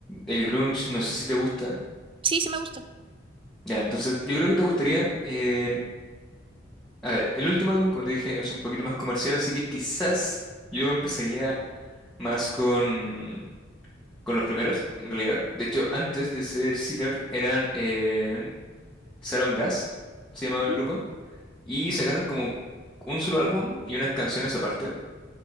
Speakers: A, in the centre; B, on the right.
A: el grunge, no sé si te gusta.
B: Sí, sí me gusta.
A: Ya, entonces yo creo que te gustaría. eh, a ver, el último álbum, como te dije, es un poquito más comercial, así que quizás yo empezaría más con, con los primeros, en realidad. De hecho, antes de ser Cedar, eran eh, Saron Gas, se llamaba
B: Ujú.
A: el grupo, y sacaron como un solo álbum y unas canciones aparte.